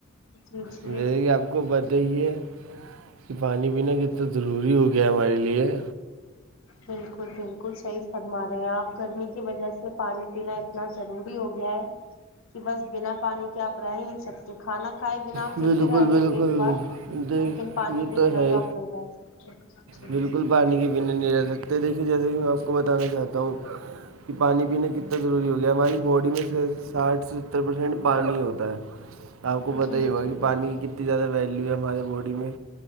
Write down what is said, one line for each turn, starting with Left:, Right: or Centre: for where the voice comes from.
Left: جی جی
Right: مے آپ کو باتہ یہ ہے کہ پانی پینا کنے ضروری ہو گیا ہمارے لیے
Left: بالکل بالکل صحیح گما رہے ہیں آپ گرمی کی وجہ سے پانی پینا اتنا ضروری ہو گیا ہے کہ بس بنا پانی کے آپ رہ ہی نہیں سکتے کھانا کھائے بنا
Right: بالکل
Left: پھر بھی رہ لیں
Right: بالکل
Left: گے ایک بار
Right: دیکھ
Left: لیکن پانی
Right: یہ
Left: کے بنا
Right: ہے
Left: تو آپ نہیں ڈال سکتے
Right: بالکل
Left: جی
Right: پانی کے پینے نہیں رہ سکتے دیکھیے جیسے کہ میں آپ کو بتانا چاہتا ہوں کہ پانی پینا کتنا ضروری ہو گیا ہماری باڈی میں سے ساٹھ سے ستر پرسینٹ پانی ہوتا ہے آپ کو بتا
Left: جی
Right: یہ ہوا
Left: جی
Right: کہ پانی کی کتنی زیادہ ویلو ہے ہمارے باڈی میں